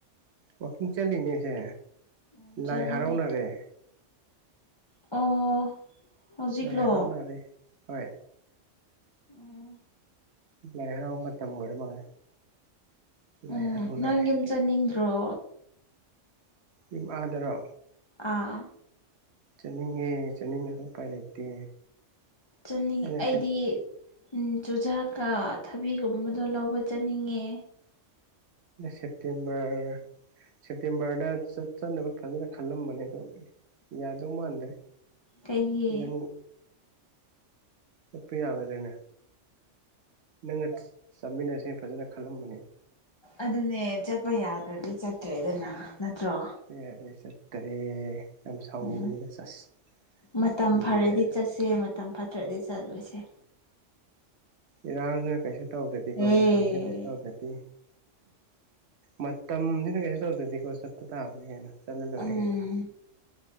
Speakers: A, on the right; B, on the left.
A: ꯋꯥꯛꯀꯤꯡ ꯆꯠꯂꯤꯅꯦ ꯑꯁꯦ
B: ꯎꯝ ꯆꯠꯂꯣꯕ
A: ꯂꯥꯏ ꯍꯔꯥꯎꯅꯔꯦ
B: ꯑꯣ ꯍꯧꯖꯤꯛꯂꯣ
A: ꯂꯩꯥꯏ ꯍꯔꯥꯎꯅꯔ‌ꯦ ꯍꯣꯏ
B: ꯎꯝ
A: ꯂꯥꯏ ꯍꯔꯥꯎ ꯃꯇꯝ ꯑꯣꯏꯔ ꯃꯥꯜꯂꯦ ꯂꯥꯏ
B: ꯎꯝ
A: ꯍꯔꯥꯎꯅꯔꯦ
B: ꯅꯪ ꯌꯨꯝ ꯆꯠꯅꯤꯡꯗ꯭ꯔꯣ
A: ꯌꯨꯝ ꯑꯥꯗꯔꯣ
B: ꯑꯥ
A: ꯆꯠꯅꯤꯡꯉꯦ ꯆꯠꯅꯤꯡꯉꯁꯨ ꯎꯄꯥꯏ ꯂꯩꯇꯦ
B: ꯆꯅꯤꯡꯉꯤ
A: ꯑꯩꯅ
B: ꯑꯩꯗꯤ ꯎꯝ ꯆꯨꯖꯥꯛꯀ ꯊꯕꯤꯒꯨꯝꯕꯗꯣ ꯂꯧꯕ ꯆꯠꯅꯤꯡꯉꯦ
A: ꯁꯦꯞꯇꯦꯝꯕꯔ ꯁꯦꯞꯇꯦꯝꯕꯔꯗ ꯆꯠ ꯆꯠꯅꯕ ꯐꯖꯅ ꯈꯜꯂꯝꯕꯅꯦ ꯑꯗꯣ ꯌꯥꯗꯧ ꯃꯥꯟꯗ꯭ꯔꯦ
B: ꯀꯩꯒꯤ
A: ꯅꯪ ꯆꯠꯄ ꯌꯥꯔ‌ꯣꯏꯗꯅꯦ ꯅꯪꯅ ꯆꯠ ꯆꯠꯃꯤꯟꯅꯁ‌ꯦ ꯐꯖꯅ ꯈꯜꯂꯝꯕꯅꯦ
B: ꯑꯗꯨꯅꯦ ꯆꯠꯄ ꯌꯥꯗ꯭ꯔꯗꯤ ꯆꯠꯇ꯭ꯔꯦꯗꯅ ꯅꯠꯇ꯭ꯔꯣ
A: ꯑꯩ ꯑꯗ ꯆꯠꯇꯔꯦ ꯌꯥꯝ ꯁꯥꯎꯅꯤꯡꯉꯤꯔꯥ
B: ꯎꯝ
A: ꯆꯥꯁ
B: ꯃꯇꯝ
A: <unintelligible>
B: ꯐꯔꯗꯤ ꯆꯠꯁꯦ ꯃꯇꯝ ꯐꯠꯇ꯭ꯔꯗꯤ ꯆꯠꯂ‌ꯣꯏꯁꯦ
A: ꯏꯔꯥꯡꯅ ꯀꯩꯁꯨ ꯇꯧꯗꯗꯤꯀꯣ
B: ꯑꯦ
A: ꯃꯇꯝꯁꯤꯅ ꯀꯩꯁꯨ ꯇꯧꯗ ꯗꯤ ꯃꯇꯝꯁꯤꯅ ꯀꯩꯁꯨ ꯇꯧꯗꯗꯤꯀꯣ ꯆꯠꯄ ꯇꯥꯕꯅꯤ ꯀꯩꯅ ꯆꯠꯂ ꯂ‌ꯣꯏꯔ‌ꯦ
B: ꯎꯝ
A: ꯀꯩꯅ‌ꯣ